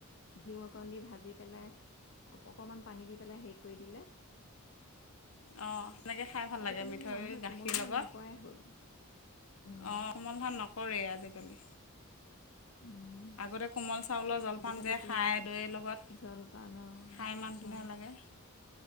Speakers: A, on the left; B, on the left.
A: ঘিউ অকণ দি ভাজি পেলাই, অকমান পানী দি পেলাই হেৰি কৰি দিলে।
B: অ', তেনেকে খাই ভাল
A: আজিকালি
B: লাগে মিঠৈ
A: বোলো মানুহে
B: গাখীৰৰ
A: কোমল ধান
B: লগত।
A: নকৰাই হ'ল উম
B: অ কোমল ধান নকৰেই আজিকালি
A: উম
B: আগতে কোমল চ জলপান
A: আজিকালি
B: যে
A: তোমাৰ
B: খায় দৈৰ লগত
A: জলপান অ
B: খাই ইমান ধুনহে
A: অ
B: লাগে।